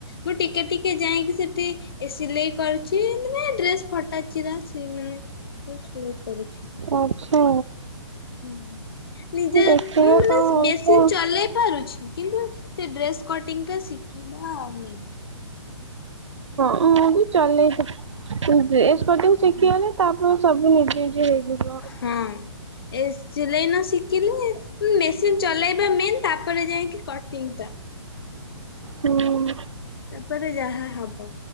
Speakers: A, on the left; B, on the right.
A: ମୁଁ ଟିକେ ଟିକେ ଯାଇଁ କି ସେଠି ସିଲେଇ କରୁଛି ମାନେ ଡ୍ରେସ ଫଟା ଚିରା ସ ମାନେ ସିଲେଇ କରୁଛି।
B: ଆଛା।
A: ହଁ ନିଜେ
B: ଦେଖିବା
A: ମୁଁ ମାନେ
B: କଣ ହଉଛି
A: ମେସିନ
B: ଆଉ।
A: ଚଲେଇ ପାରୁଛି। କିନ୍ତୁ ସେ ଡ୍ରେସ୍ କଟିଂ ଟା ଶିଖିବା ଆଉ ମାନେ
B: ହଁ ମୁଁ ବି ଚଲେଇଛିି ତୁ ଡ୍ରେସ୍ କଟିଙ୍ଗ ଶିଖିଗଲେ
A: ହୁଁ।
B: ତାପରେ ସବୁ ନିଜେ ନିଜେ ହେଇଯିବ।
A: ହଁ ଏ ସିଲେଇ ନ ଶିଖିଲେ ମେସିନ ଚଲେଇବା ମେନ୍ ତାପରେ ଯାଇକି କଟିଙ୍ଗଟା।
B: ହୁଁ।
A: ତାପରେ ଯାହା ହବ।